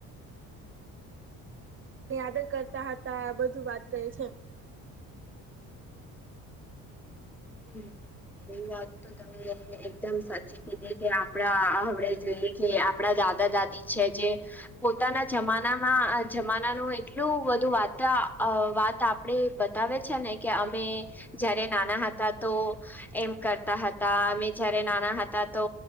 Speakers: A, on the right; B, in the centre.
A: આદર કરતા હતા બધું વાત કરે છે.
B: હમ્મ એવી વાત તો તમે એ એકદમ સાચી કીધી કે આપણા આપડે જોઈએ કે આપણા દાદા દાદી છે જે પોતાના જમાનામાં જમાનાનું એટલું બધું વાત‌ અ વાત આપ આપડે બતાવે છે ને કે અમે જયારે નાના હતા તો એમ કરતા હતા અમે જયારે નાના હતા તો